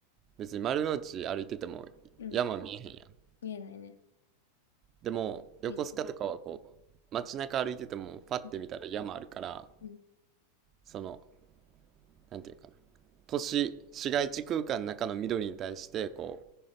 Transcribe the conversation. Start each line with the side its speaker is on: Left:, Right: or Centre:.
Right: 別に丸の内歩いてても山見えへんやん。
Left: うん、見えないね。
Right: でも、
Left: 平地。
Right: 横須賀とかはこう、街中歩いてても、パッて見たら山あるから、
Left: うん、うん
Right: その、なんていうかな。都市、市街地空間の中の緑に対して、こう、